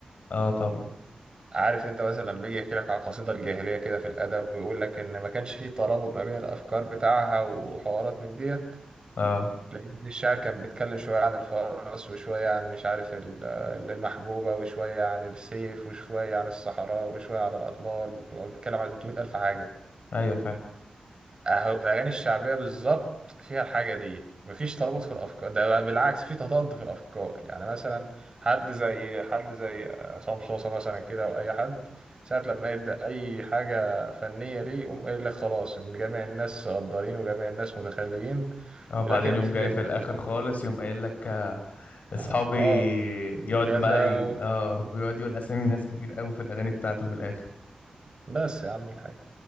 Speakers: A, on the left; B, on the right.
A: اه طبعا
B: عارف أنت مثلا لما بيجي يحكي لك على القصيدة الجاهلية كده في الأدب ويقول لك إن ما كانش فيه ترابط ما بين الأفكار بتاعها وحوارات من ديت
A: اه
B: لأن الشاعر كان بيتكلم شوية عن الفرس وشوية عن مش عارف ال- المحبوبة وشوية عن السيف وشوية عن الصحراء وشوية عن الأطلال وبيتكلم عن 300 ألف حاجة
A: ايوه فاهم
B: اهو الاغاني الشعبيه بالظبط فيها الحاجه دي مفيش ترابط في الافكار ده بقى بالعكس في تضاد في الافكار يعني مثلا حد زي حد زي عصام صوصه مثلا كده او اي حد ساعه لما يبدا اي حاجه فنيه ليه يقوم قايل لك خلاص ان جميع الناس غدارين وجميع الناس متخليين
A: اه بعدين
B: ولكن
A: يوم
B: في
A: جاي في الآخر خالص يوم قايل لك آه، أصحابي
B: <laughs> اه
A: يقعد
B: كذا
A: معي اه ويقعد يقول أسامي ناس كتير قوي في الأغاني بتاعته في الآخر
B: بس يا عم الحاج